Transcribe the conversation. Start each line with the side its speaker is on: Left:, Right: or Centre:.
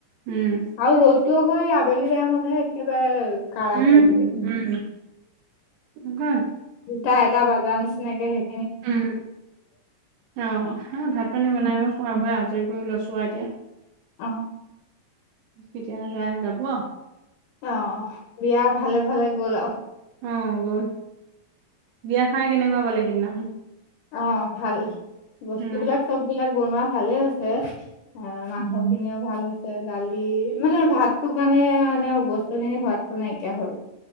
Right: উম
Left: আৰু ৰ'দটো আক এ আবেলি টাইমতহে একেবাৰে কাৰাকে
Right: উম
Left: দিয়ে
Right: উম <unintelligible>
Left: তাই এটা বাগাৰ নিচিনাকে সেই
Right: উম অ ভাত পানী বনাই খুৱাই বোৱাই আজৰি কৰি লৈছোঁ এতিয়া
Left: অ
Right: কেতিয়া যায় যাব আও।
Left: অ বিয়া ভালে ভালে গ'ল আও।
Right: অ গল বিয়া খাই কেনেকুৱা পালে সেইদিনাখন।
Left: অ ভাল বস্তু
Right: উম
Left: বিলাক চব বিলাক বনোৱা ভালে হৈছে। মাংস
Right: উম
Left: খিনিও ভাল হৈছে দালি। মানে ভাটোৰ কাৰণে এনে বস্তু খিনি সোৱাদটো নাইকিয়া হ'ল।